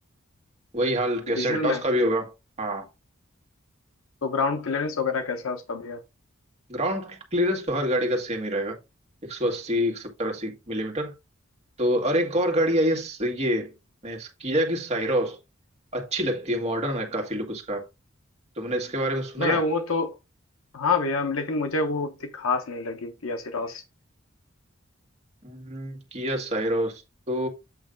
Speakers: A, on the right (about 35°); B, on the left (about 80°).
A: वही हाल के
B: डीजल
A: सेल्टॉस
B: में
A: का भी होगा हाँ
B: तो ग्राउंड क्लियरेंस वगैरह कैसा है उसका भैया
A: ग्राउंड क्लियरेंस तो हर गाड़ी का सेम ही रहेगा एक सौ अस्सी एक सत्तर अस्सी मिलीमीटर तो और एक और गाड़ी आई है स- ये किया की साइरोस अच्छी लगती है मॉडर्न है काफी लुक उसका तुमने इसके बारे में सुना
B: भैया
A: है
B: वो तो हाँ भैया लेकिन मुझे वो उतनी खास नहीं लगी किया सिरॉस
A: हम्म, किया साइरोस तो